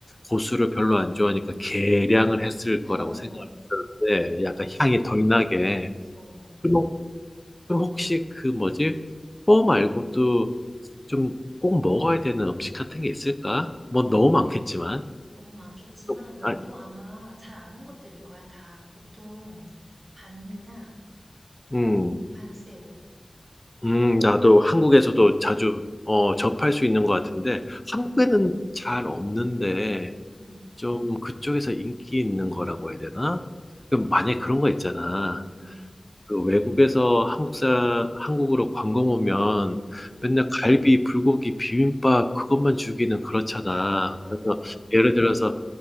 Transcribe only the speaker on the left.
고수를 별로 안 좋아하니까 계량을 했을
거라고
생각을
했었는데 약간
향이 덜 나게.
그럼 혹- 그럼 혹시 그 뭐지? 뽀 말고도 좀 꼭 먹어야 되는 음식 같은 게 있을까? 뭐 너무 많겠지만.
또,
아,
음,
음, 나도 한국에서도 자주 어, 접할
수 있는 것 같은데 한국에는
잘 없는데
좀 그쪽에서 인기 있는 거라고 해야 되나? 그럼 만약에 그런 거 있잖아.
그 외국에서 한국사, 한국으로 관광 오면
맨날 갈비, 불고기, 비빔밥 그것만 주기는 그렇잖아.
그래서
예를 들어서,